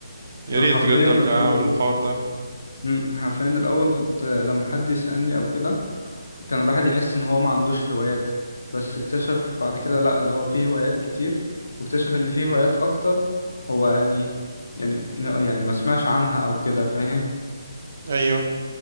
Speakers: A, on the right; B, on the left.
A: يا
B: أنا
A: ريت
B: حرفيا
A: بجد
B: الاول
A: ارجع اعمل الحوار ده
B: مم، حرفيا الاول كنت لما حد يسألني او كده كان الواحد يحس ان هو ما عندوش هوايات بس اكتشف بعد كده لا اللي هو فيه هوايات كتير واكتشف ان فيه
A: مم.
B: هوايات اكتر هو يعني يعني يعني ما سمعش عنها او كده فاهم
A: ايوه